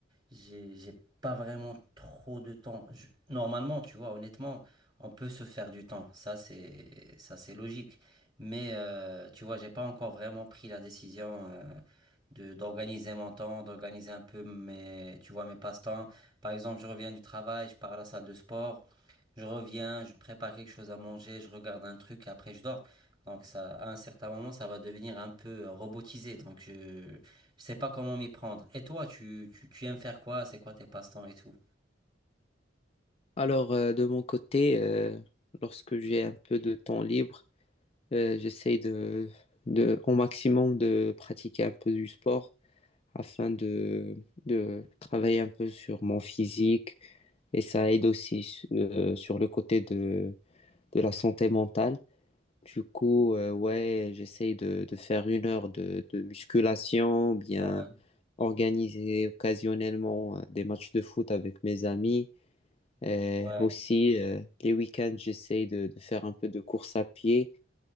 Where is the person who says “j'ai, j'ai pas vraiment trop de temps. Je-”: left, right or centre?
Right